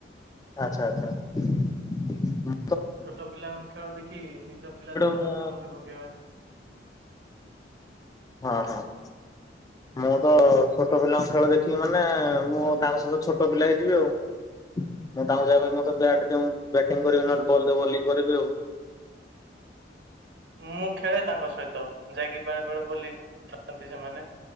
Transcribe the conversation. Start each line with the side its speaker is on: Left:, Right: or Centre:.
Left: ଆଚ୍ଛା ଆଚ୍ଛା ଉଁ
Right: ଛୋଟ ପିଲାଙ୍କ ଖେଳ ଦେଖି ନିଜ ପିଲା ଦିନ
Left: ମୁଁ
Right: କଥା ମନେ ପକେଇବା।
Left: ହଁ ହଁ। ମୁଁ ତ ଛୋଟ ପିଲାଙ୍କ ଖେଳ ଦେଖିବି ମାନେ ମୁଁ ତାଙ୍କ ସହିତ ଛୋଟ ପିଲା ହେଇଯିବି ଆଉ। ମୁଁ ତାଙ୍କୁ ଯାଇ କହିବି ମତେ ବ୍ୟାଟ ଦିଅ ମୁଁ ବ୍ୟାଟିଂ କରିବି ନହେଲେ
Right: ତ
Left: ବଲ୍ ଦିଅ ବୋଲିଂ କରିବି ଆଉ।
Right: ମୁଁ ଖେଳେ ତାଙ୍କ ସହିତ ଯାଇକି ବେଳେ ବେଳେ ବୋଲିଂ ଖେଳନ୍ତି ସେମାନେ।